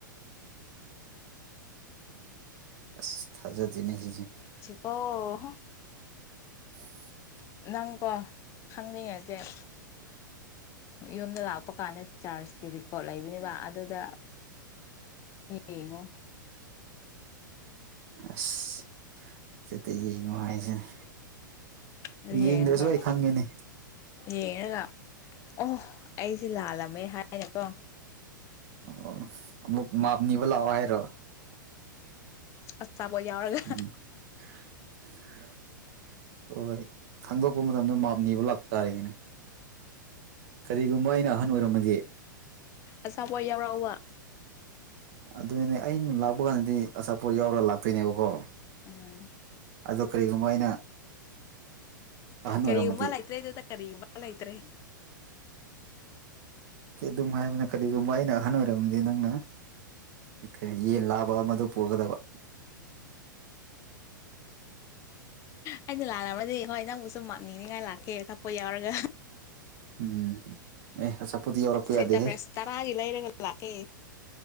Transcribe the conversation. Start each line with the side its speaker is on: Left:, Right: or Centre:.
Right: ꯑꯁ ꯊꯥꯖꯗꯦꯅꯦ ꯁꯤꯁꯦ
Left: ꯑꯣ
Right: <inaudible>
Left: ꯅꯪꯀꯣ ꯈꯪꯅꯩ ꯍꯥꯏꯕꯁꯦ ꯌꯨꯝꯗ ꯂꯥꯛꯄ ꯀꯥꯟꯗ ꯆꯥꯔꯖꯀꯤ ꯔꯦꯀꯣꯔꯠ ꯂꯩꯕꯅꯦꯕ ꯑꯗꯨꯗ ꯌꯦꯡꯉꯣ <inaudible>
Right: ꯑꯁ ꯆꯠꯇ ꯌꯦꯡꯉꯨ ꯍꯥꯏꯁꯤꯅꯦ
Left: ꯑꯗꯨ ꯌꯦꯡꯉꯒ
Right: ꯌꯦꯡꯗ꯭ꯔꯁꯨ ꯑꯩ ꯈꯪꯉꯤꯅꯤ
Left: ꯌꯦꯡꯉꯒ ꯑꯣ ꯑꯩꯁꯦ ꯂꯥꯜꯂꯝꯃꯦ ꯍꯥꯏꯅꯀꯣ
Right: ꯑꯣ ꯑꯃꯨꯛ ꯃꯥꯞꯅꯤꯕ ꯂꯥꯛꯑꯣ ꯍꯥꯏꯔꯣ
Left: ꯑꯁꯆꯥꯕꯣ ꯌꯥꯎꯔꯒ
Right: ꯎꯝ <inaudible> ꯍꯣꯏ ꯍꯣꯏ ꯈꯪꯗꯣꯛꯄ ꯃꯇꯝꯗ ꯃꯥꯞꯅꯤꯕ ꯂꯥꯛꯄ ꯇꯥꯔꯦꯅꯦ ꯀꯔꯤꯒꯨꯝꯕ ꯑꯩꯅ ꯑꯍꯟ ꯑꯣꯏꯔꯝꯃꯗꯤ
Left: ꯑꯆꯥꯥꯄꯣꯠ ꯌꯥꯎꯔꯛꯕ
Right: ꯑꯗꯨꯅꯤꯅꯦ ꯑꯩꯅ ꯂꯥꯛꯄ ꯀꯥꯟꯗꯗꯤ ꯑꯆꯥꯄꯣꯠ ꯌꯥꯎꯔꯒ ꯂꯥꯛꯇꯣꯏꯅꯦꯕꯀꯣ
Left: ꯎꯝ
Right: ꯑꯗꯣ ꯀꯔꯤꯒꯨꯝꯕ ꯑꯩꯅ ꯑꯍꯟ
Left: ꯀꯔꯤꯒꯨꯝꯕ
Right: ꯑꯣꯏꯔꯝꯃꯗꯤ
Left: ꯂꯩꯇ꯭ꯔꯦ ꯏ ꯇ ꯀꯔꯤꯒꯨꯝꯕ ꯂꯩꯇ꯭ꯔꯦ
Right: ꯑꯗꯨꯝ ꯍꯥꯏꯕꯅꯤꯅ ꯀꯔꯤꯒꯨꯝꯕ ꯑꯩꯅ ꯑꯍꯟ ꯑꯣꯏꯔꯝꯗꯤ ꯅꯪꯅ ꯀꯩꯅꯣ ꯌꯦꯟ ꯂꯥꯕ ꯑꯃꯗꯨ ꯄꯨꯔꯒꯗꯕ
Left: ꯑꯩꯅ ꯂꯥꯟꯂꯝꯔꯗꯤ ꯍꯣꯏ ꯅꯪꯕꯨ ꯁꯨꯝ ꯃꯞꯅꯤꯡꯅꯤꯡꯉꯥꯏ ꯂꯥꯛꯀꯦ ꯁꯥꯛꯄꯣꯠ ꯌꯥꯎꯔꯒ
Right: ꯎꯝ ꯑꯦ ꯑꯆꯥꯄꯨꯗꯤ ꯌꯧꯔꯛꯄ
Left: ꯁꯦꯟꯇꯥ
Right: ꯌꯥꯗꯦꯍꯦ
Left: ꯐ꯭ꯔꯦꯁ ꯇꯔꯥꯒꯤ ꯂꯩꯔꯒ ꯂꯥꯛꯀꯦ